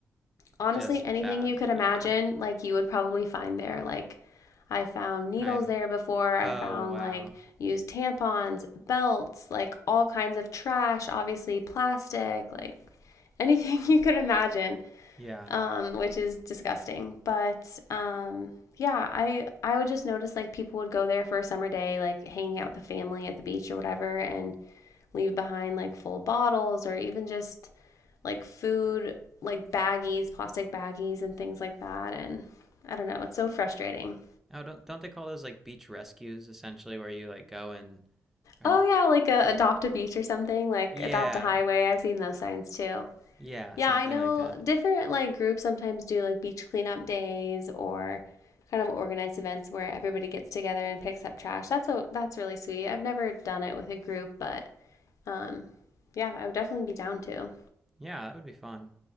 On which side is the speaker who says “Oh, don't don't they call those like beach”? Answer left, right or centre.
Centre